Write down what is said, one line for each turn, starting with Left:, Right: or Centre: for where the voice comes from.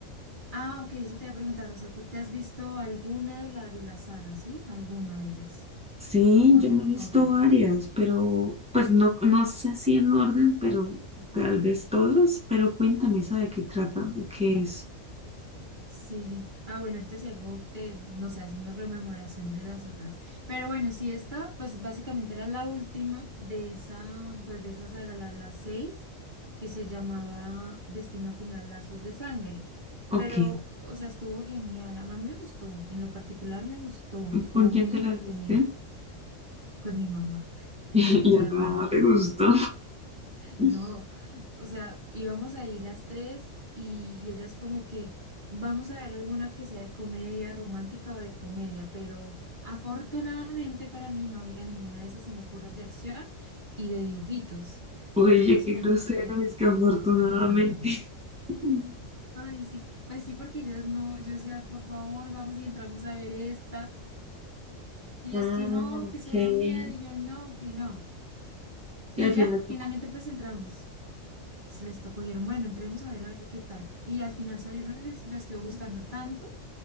Right: Ah, ok, eso te iba a preguntar. O sea, ¿tú te has visto alguna de la de la saga, sí? ¿Alguna de ellas?
Centre: Sí,
Right: O-
Centre: yo me he visto
Right: ok.
Centre: varias, pero pues no, no sé si en orden, pero tal vez todas, pero cuéntame, ¿sabe de qué trata? ¿O qué es?
Right: Sí, sí. Ah, bueno, ahorita si algo te, no sé, hacemos rememoración de las otras. Pero bueno, sí, esta, pues básicamente era la última de esa, pues de esa saga, la, la seis, que se llamaba Destino Final, Lazos de Sangre.
Centre: Ok,
Right: Pero, o sea, estuvo genial. A mí me gustó, en lo particular me gustó. Estuvo
Centre: ¿con quién
Right: muy
Centre: te
Right: entretenida
Centre: la viste?
Right: con mi mamá <laughs> y
Centre: <laughs> Y
Right: mi
Centre: a
Right: hermana.
Centre: tu mamá le gustó. <laughs>
Right: No, o sea, íbamos ahí las tres y, y ellas como que vamos a ver alguna que sea de comedia romántica o de comedia, pero afortunadamente para mí no había ninguna de esas, sino puras de acción y de dibujitos.
Centre: Oye,
Right: Entonces
Centre: qué
Right: como
Centre: grosero,
Right: que,
Centre: es que afortunadamente.
Right: <laughs>
Centre: <laughs>
Right: ay, sí, pues sí, porque ellas no, yo decía, por favor, vamos y entramos a ver esta. Y
Centre: Ah,
Right: ellas que no, que
Centre: ok.
Right: eso
Centre: Y
Right: da miedo, y yo no, que no. Y
Centre: al final,
Right: ya, finalmente pues entramos. pues, les tocó, dijeron, bueno, entremos a ver a ver qué tal. Y al final salieron, les, les quedó gustando tanto